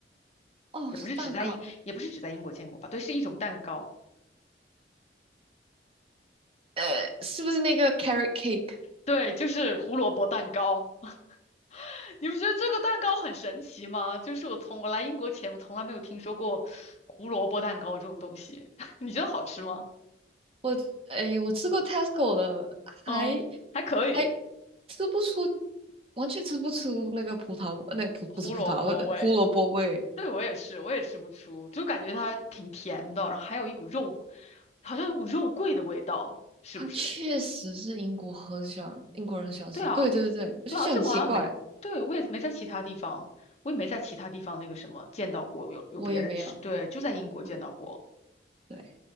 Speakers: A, on the right; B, on the left.
A: 哦，
B: 也不是只在英，
A: 是蛋糕，
B: 也不是只在英国见过吧，对，是一种蛋糕，
A: 呃，是不是那个 carrot cake？
B: 对，就是胡萝卜蛋糕。<laughs> 你不觉得这个蛋糕很神奇吗？就是我从我来英国前，我从来没有听说过胡萝卜蛋糕这种东西。<laughs> 你觉得好吃吗？
A: 我诶，我吃过 Tesco 的，还
B: 嗯，还可以，
A: 还吃不出，完全吃不出那个葡萄，那葡不是葡萄，
B: 胡萝卜味。
A: 那胡萝卜味。
B: 对，我也是，我也吃不出，就感觉它挺甜的，然后还有一股肉，好像有股肉桂的味道，是不是？
A: 它确实是英国很喜欢，英国人很喜欢吃。
B: 对啊，
A: 对对对，我就觉得很奇怪，
B: 对啊，而且我好像没，对，我也没在其他地方，我也没在其他地方那个什么见到过有有别人吃，
A: 我也没有。
B: 对，就在英国见到过。
A: 嗯，对，